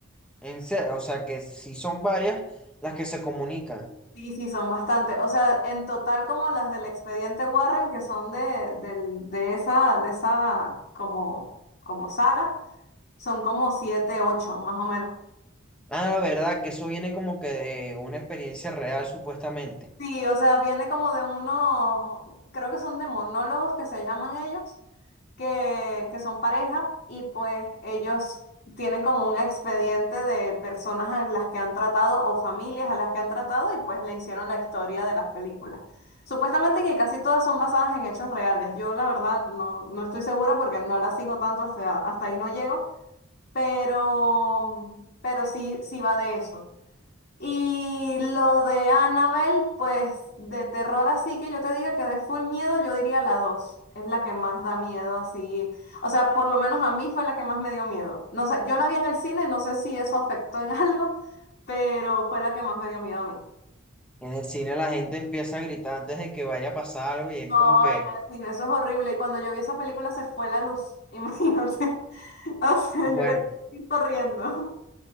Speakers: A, in the centre; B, on the left.
A: En serio, o sea que si son varias las que se comunican.
B: Sí, sí, son bastante. O sea, en total como las del expediente Warren, que son de, del- de esa, de esa como, como saga, son como siete, ocho, más o menos.
A: Ah, verdad, que eso viene como que de una experiencia real, supuestamente.
B: Sí, o sea, viene como de unos, creo que son de monólogos que se llaman ellos, que, que son pareja y pues ellos tienen como un expediente de personas a las que han tratado o familias a las que han tratado y pues le hicieron la historia de las películas. Supuestamente que casi todas son basadas en hechos reales. Yo la verdad no, no estoy segura porque no la sigo tanto, hasta, hasta ahí no llego, pero, pero sí, sí va de eso. Y lo de Annabelle, pues de terror así que yo te diga que de full miedo, yo diría la dos Es la que más da miedo así. O sea, por lo menos a mí fue la que más me dio miedo. No sé, yo la vi en el cine, no sé si eso afectó en <laughs> algo, pero fue la que más me dio miedo a mí.
A: En el cine la gente empieza a gritar antes de que vaya a pasar algo y
B: No,
A: es como que,
B: en el cine, eso es horrible. Y cuando yo vi esa película se fue la luz, <laughs> imagínate. O sea,
A: bueno,
B: yo quería ir corriendo.